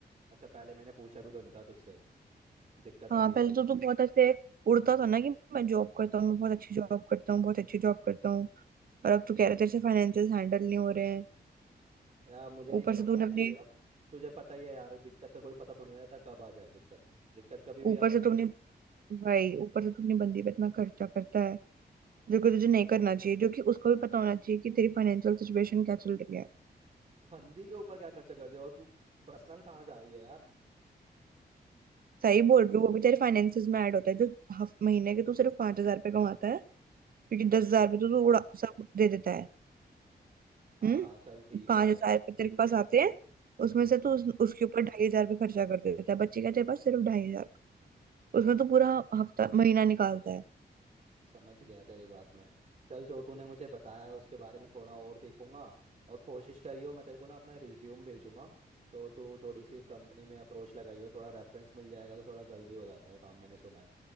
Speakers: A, on the right; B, on the right.
A: अच्छा पहले मैंने पूछा भी तो नहीं था तुझसे दिक्कत
B: हाँ
A: अभी
B: पहले
A: आई
B: तो तू बहुत ऐसे उड़ता था ना कि मैं जॉब करता हूँ मैं बहुत अच्छी जॉब करता हूँ बहुत अच्छी जॉब करता हूँ और अब तू कह रहा है तेरे से फाइनेंशियल हैंडल नहीं हो रहे हैं
A: यार मुझे नहीं
B: ऊपर
A: पता
B: से
A: था
B: तूने
A: ना
B: अपने
A: कि अब तुझे पता ही है यार दिक्कत का कोई पता थोड़ी नहीं रहता कब आ जाए दिक्कत दिक्कत कभी भी
B: ऊपर
A: आ
B: से
A: सकती
B: तुमने
A: है
B: भाई ऊपर से तू अपनी बंदी पे इतना खर्चा करता है जो
A: तू
B: कि तुझे नहीं करना चाहिए जो कि उसको भी पता होना चाहिए कि तेरी फाइनेंशियल सिचुएशन क्या चल रही है
A: फंदी के ऊपर क्या खर्चा कर दिया और तू पर्सनल कहाँ जा रही है यार
B: सही बोल रही हूँ वो भी तेरे फाइनेंसेस में ऐड होता है जो हफ महीने के तू सिर्फ पांच हजार रुपये कमाता है क्योंकि
A: हम्म
B: दस हजार रुपये तो तू उड़ा सब दे देता है
A: हाँ
B: हम्म
A: हाँ चल ठीक
B: पांच
A: है
B: हजार रुपये तेरे पास आते हैं उसमें
A: हम्म
B: से तू उस, उसके ऊपर ढाई हजार रुपये खर्चा कर देता है बच्चे का तेरे पास सिर्फ ढाई हजार उसमें तो पूरा हफ्ता महीना निकालता है
A: समझ गया तेरी बात मैं चल जो तूने मुझे बताया है उसके बारे में थोड़ा और देखूंगा और कोशिश करियो मैं तेरे को ना अपना रिज्यूम भेजूंगा तो तू थोड़ी सी कंपनी में अप्रोच लगाइयो थोड़ा रेफरेंस मिल जाएगा तो थोड़ा जल्दी हो जाता है काम मैंने सुना है